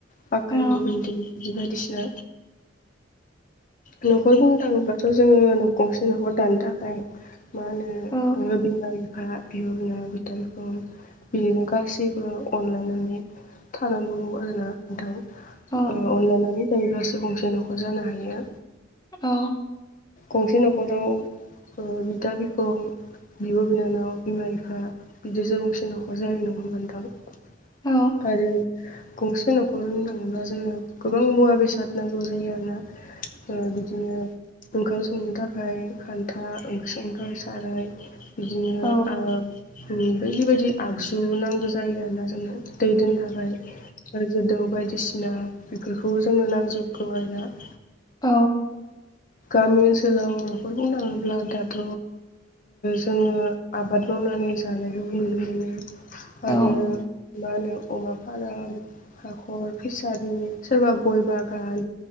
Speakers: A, on the left (about 40°); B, on the left (about 20°).
A: फाक्कानि
B: औ
A: बिलदिं बिदि बायदिसिना न'खर बुंनो थाङोब्लाथ' जोङो गंसे न'खर दानो थाखाय मा होनो
B: औ
A: बिमा बिफा बिब' बिनानाव बिदा बिफं बिदिनो गासैबो अनलायनानै थानांगौ आरोना नोंथां
B: औ
A: अनलायनानै जायोब्लासो गंसे न'खर जानो हायो
B: औ
A: गंसे न'खराव बिदा बिफं बिब' बिनानाव बिमा बिफा बिदिजों गंसे न'खर जायो नङा ओमबा नोंथां
B: औ
A: आरो गंसे न'खर होननो थाङोब्ला जोंङो गोबां मुवा बेसाद नांगौ जायो आरोना बिदिनो ओंखाम संनो थाखाय खान्था ओंख्रि संनो थाखाय साराय बिदिनो
B: औ
A: बायदि बायदि आगजु नांगौ जायो आरोना जोंनो दै दोननो थाखाय आरो जोदौ बायदिसिना बेफोरखौ जोंनो नांजोबगौ आरोना
B: औ
A: गामि ओनसोलाव न'खर बुंङोब्ला दाथ' जोंङो आबाद मावनानै जानायखौ नुनो मोनो आरो
B: औ
A: मा होनो अमा फ्राय हाखर फिसारि सोरबा गय बागान